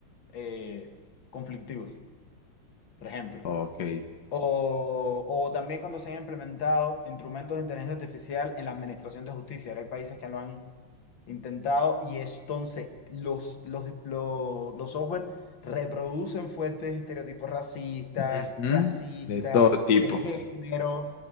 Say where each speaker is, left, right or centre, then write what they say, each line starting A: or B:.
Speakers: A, on the left; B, on the left.
A: eh, conflictivos, por ejemplo.
B: Ok.
A: O, o también cuando se han implementado instrumentos de inteligencia artificial en la administración de justicia, que hay países que lo han intentado y entonces los, los, los, los software reproducen fuertes estereotipos racistas,
B: Ujú.
A: clasistas,
B: De todo tipo.
A: de género,